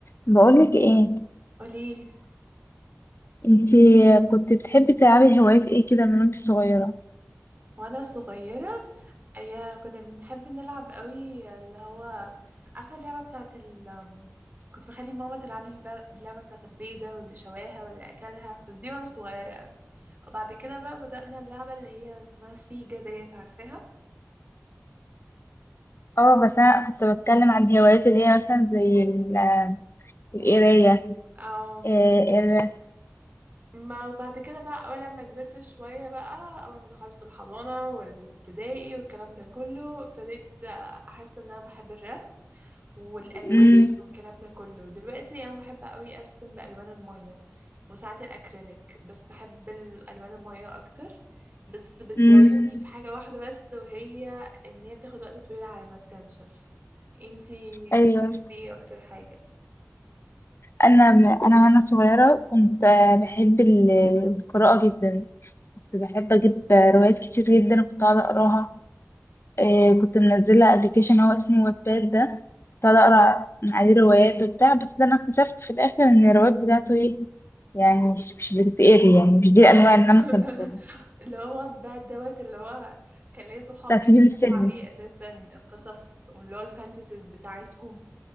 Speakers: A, on the left (about 50°); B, on the right (about 35°).
A: بقولك ايه
B: قوليلي
A: انتي كنت بتحبي تلعبي هوايات ايه كده من وانت صغيرة
B: وانا صغيرة ايا كنا بنحب نلعب قوي اللي هو عارفة اللعبة بتاعت ال أم، كنت بخلي ماما تلعب لي الب- اللعبة بتاعت البيضة واللي شواها واللي اكلها بس دي وانا صغيرة قوي وبعد كده بقى بدأنا اللعبة اللي هي اسمها سيجا ديت عارفاها
A: اه بس انا كنت بتكلم عن الهوايات اللي هي مثلا زي ال- القراية
B: اه
A: آه، الرسم
B: ما بعد كده بقى أول لما كبرت شوية بقى أول ما دخلت الحضانة والابتدائي والكلام ده كله ابتديت أحس إن أنا بحب الرسم والألوان
A: مم،
B: والكلام ده كله دلوقتي أنا بحب أوي أرسم بألوان المية وساعات الأكريليك بس بحب الألوان المية أكتر بس بتزاولني
A: مم،
B: في حاجة واحدة بس وهي إن هي بتاخد وقت طويل على ما بتنشف انتي
A: ايوه
B: بتحبي ايه أكتر حاجة؟
A: انا انا وانا صغيرة كنت آه، بحب ال- القراءة جدا كنت بحب اجيب روايات كتير جدا وكنت اقعد اقراها آه، كنت منزلة ابلكيشن هو اسمه واتباد ده كنت قاعدة اقرا من عليه روايات وبتاع بس ده انا اكتشفت في الاخر ان الروايات بتاعته ايه يعني مش مش بتتقري يعني مش دي
B: اه
A: الانواع اللي انا ممكن
B: <laughs>
A: اقراها
B: اللي هو بقى الدوت اللي هو كان ليا صحاب
A: بتاعت
B: بيكتبوا
A: سبيل السلم
B: عليه اساسا القصص واللي هو الفانتسيز بتاعتهم